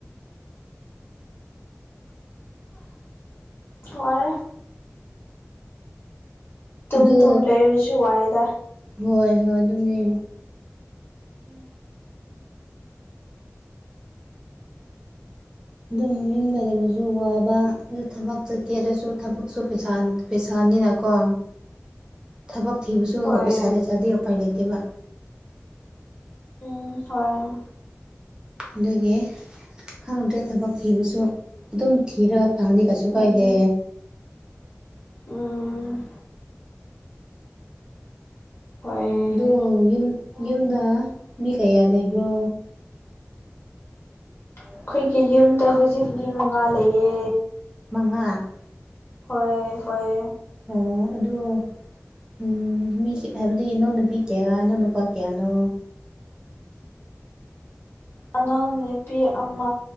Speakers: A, on the left (about 45°); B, on the right (about 15°).
A: ꯋꯥꯏꯌꯦ꯫ ꯇꯨꯝ
B: ꯑꯗꯨ
A: ꯇꯨꯝ ꯂꯩꯔꯁꯨ ꯋꯥꯗ
B: ꯍꯣꯏ ꯍꯣꯏ ꯑꯗꯨꯅꯦ
A: <unintelligible>
B: ꯑꯗꯨꯝ ꯌꯨꯝꯗ ꯂꯩꯕꯁꯨ ꯋꯥꯕ ꯑꯗꯨ ꯊꯕꯛ ꯆꯠꯊꯦꯔꯁꯨ ꯊꯕꯛꯁꯨ ꯄꯩꯁꯥ ꯄꯩꯁꯥꯅꯤꯅꯀꯣ ꯊꯕꯛ ꯊꯤꯕꯁꯨ
A: ꯍꯣꯏ
B: ꯄꯩꯁꯥ ꯂꯩꯇ꯭ꯔꯗꯦ ꯎꯄꯥꯏ ꯂꯩꯇꯦꯕ꯫
A: ꯎꯝ ꯍꯣꯏ
B: ꯑꯗꯨꯗꯒꯤ ꯈꯪꯗ꯭ꯔꯦ ꯊꯕꯛ ꯊꯤꯕꯁꯨ ꯑꯗꯨꯝ ꯊꯤꯔꯒ <unintelligible> ꯀꯩꯁꯨ
A: ꯎꯝ
B: ꯀꯥꯏꯗꯦ
A: ꯎꯝ꯫ ꯍꯣꯏ
B: ꯑꯗꯨ ꯌꯨꯝ ꯌꯨꯝꯗ ꯃꯤ ꯀꯌꯥ ꯂꯩꯕ꯭ꯔꯣ꯫
A: ꯑꯩꯈꯣꯏꯒꯤ ꯌꯨꯝꯗ ꯍꯧꯖꯤꯛ ꯃꯤ ꯃꯉꯥ ꯂꯩꯌꯦ꯫
B: ꯃꯉꯥ
A: ꯍꯣꯏ ꯍꯣꯏ
B: ꯑꯣ ꯑꯗꯨ ꯎꯝ ꯃꯤ ꯍꯥꯏꯕꯗꯤ ꯏꯅꯧ ꯅꯨꯨꯄꯤ ꯀꯌꯥꯅꯣ ꯏꯅꯎ ꯅꯨꯄꯥ ꯀꯌꯥꯅꯣ
A: ꯑꯉꯥꯡ ꯅꯨꯄꯤ ꯑꯃ